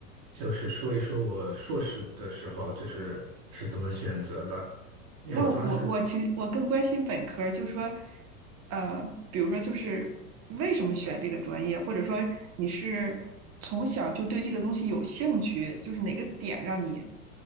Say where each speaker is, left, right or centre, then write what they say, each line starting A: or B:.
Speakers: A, on the right; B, on the right.
A: 就是说一说我硕士的时候就是是怎么选择的，因为我当时，
B: 那我我我其实我更关心本科儿，就说，呃，比如说就是为什么选这个专业，或者说你是从小就对这个东西有兴趣，就是哪个点让你